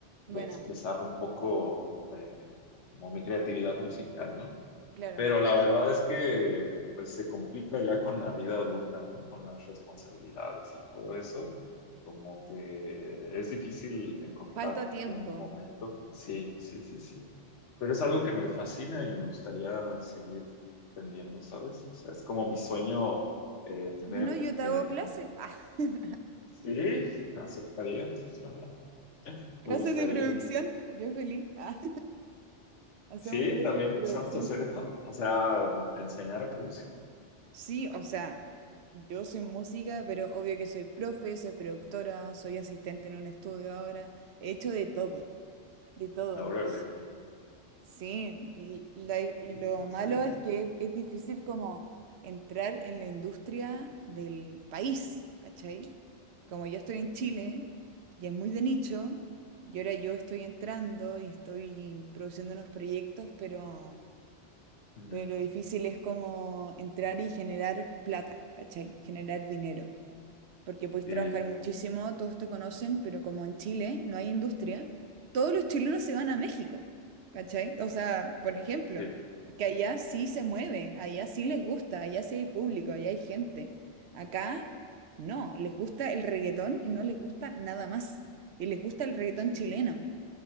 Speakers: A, on the left; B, on the right.
A: de
B: Bueno,
A: expresar un poco eh, como mi creatividad musical, ¿no?
B: claro.
A: Pero la verdad es que pues se complica ya con la vida adulta, ¿no? Con las responsabilidades y todo eso. Como que es difícil encontrar
B: Falta tiempo.
A: un momento. Sí, sí, sí, sí. Pero es algo que me fascina y me gustaría seguir aprendiendo, ¿sabes? O sea, es como mi sueño eh, tener...
B: Bueno, yo
A: eh,
B: te hago clase. Ah. <laughs>
A: sí, aceptaría. <laughs> Me
B: Clases
A: gustaría.
B: de producción, yo feliz. <laughs> Ah. Hacemos
A: Sí,
B: clases
A: también,
B: de producción.
A: ¿sabes hacer eso? O sea, enseñar a producir.
B: Sí, o sea, yo soy música,
A: No,
B: pero obvio que soy profe, soy productora, soy asistente en un estudio ahora. He hecho de todo, de todo.
A: órale,
B: Sí. Sí, l- la- lo
A: sí, me gustaría.
B: malo es que es, es difícil como entrar en la industria del país, ¿cachai? Como yo estoy en Chile y es muy de nicho, y ahora yo estoy entrando y estoy produciendo unos proyectos, pero,
A: Ujú.
B: pero lo difícil es como entrar y generar plata, ¿cachai? Generar dinero porque podéis
A: Sí,
B: trabajar muchísimo, todos te conocen, pero como en Chile no hay industria, todos los chilenos se van a México, ¿cachai? O sea, por ejemplo,
A: sí,
B: que allá sí se mueve, allá sí les gusta, allá sí hay público, allá hay gente. Acá no, les gusta el reggaetón y no les gusta nada más. Y les gusta el reggaetón
A: sí,
B: chileno,